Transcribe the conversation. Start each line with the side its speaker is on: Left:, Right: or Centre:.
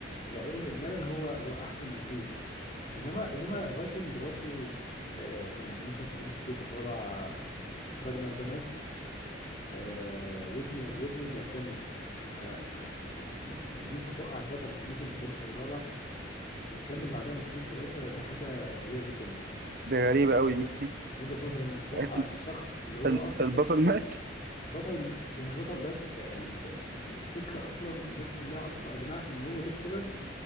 Left: لان اجمالا هو هو احسن بكتير انما انما فايكنج برضو آه يعني مثلا تقريبا في الجزء الرابع راجنر ده مات آه وابنه وابنه اللي هيكمل ف, ف, ف ان, إن, ان انت توقع البطل في الموسم الثالث او الرابع وتكمل بعدها موسمين ثلاثه دي حاجه غبيه جدا
Right: دي غريبه قوي دي
Left: من وجهه نظري انك توقع
Right: <laughs> ال-
Left: الشخص اللي هو
Right: ال-
Left: اصلا
Right: البطل مات
Left: بطل ال- ومش بطل بس ده يعني ده ال- ال- الفكره اصلا والناس كلها اصلا اجمعت ان هو ده السبب